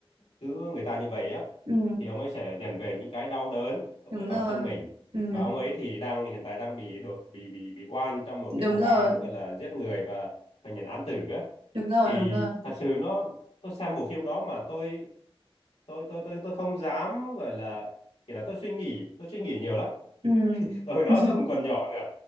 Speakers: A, on the left; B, on the right.
A: cứu người ta như vậy á
B: Ừ.
A: thì ông ấy sẽ nhận về những cái đau đớn với
B: đúng
A: bản
B: rồi
A: thân mình
B: ừ.
A: và ông ấy thì đang hiện tại đang bị độ, bị bị bị oan trong một cái
B: đúng
A: vụ án
B: rồi
A: gọi là giết người và phải nhận án tử á
B: đúng rồi
A: thì
B: đúng rồi
A: thật sự nó tôi xem bộ phim đó mà tôi tôi tôi tôi tôi không dám gọi là kiểu là tôi suy nghĩ tôi suy nghĩ nhiều lắm
B: ừ.
A: <laughs> hồi đó
B: <laughs>
A: tôi cũng còn nhỏ nữa